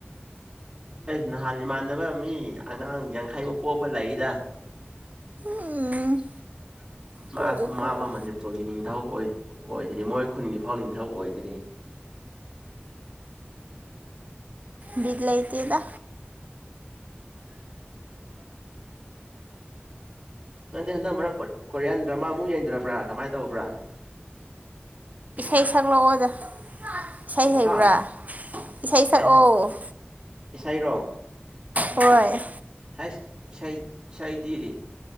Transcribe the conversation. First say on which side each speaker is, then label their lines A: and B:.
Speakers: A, on the right; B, on the right.
A: ꯑꯦ ꯅꯍꯥꯟ ꯏꯃꯥꯟꯅꯕ ꯃꯤ ꯑꯉꯥꯡ ꯌꯥꯡꯈꯩꯃꯨꯛ ꯄꯣꯛꯄ ꯂꯩꯏꯗ <inaudible>
B: ꯎꯝ
A: ꯃꯥ
B: ꯄꯣꯛꯎ
A: ꯃꯐꯥꯎ
B: ꯄꯣꯛꯎ
A: ꯃꯅꯤꯄꯨꯔꯒꯤ ꯅꯤꯡꯊꯧ ꯑꯣꯏ ꯑꯣꯏꯗ꯭ꯔꯤ ꯃꯣꯏ ꯈꯨꯟꯒꯤ ꯐꯥꯎ ꯅꯤꯡꯊꯧ ꯑꯣꯏꯗ꯭ꯔꯤ <inaudible>
B: ꯕꯤꯗ ꯂꯩꯇꯦꯗ
A: <inaudible> ꯅꯪꯗꯤ ꯍꯟꯗꯛ ꯃꯔꯛ ꯀꯣ ꯀꯣꯔꯤꯌꯥꯟ ꯗ꯭ꯔꯃꯥꯃꯨꯛ ꯌꯦꯡꯗ꯭ꯔꯕ꯭ꯔꯥ ꯀꯃꯥꯏ ꯇꯧꯕ꯭ꯔꯥ <inaudible>
B: ꯏꯁꯩ ꯁꯛꯂꯛꯑꯣꯗ ꯏꯁꯩ ꯍꯩꯕ꯭ꯔꯥ
A: ꯍꯥ
B: ꯏꯁꯩ ꯁꯛꯑꯣ
A: ꯀꯩ ꯍꯥꯏ ꯏꯁꯩꯔꯣ
B: ꯍꯣꯏ
A: ꯑꯁ ꯏꯁꯩꯗꯤ ꯏꯁꯩꯗꯤ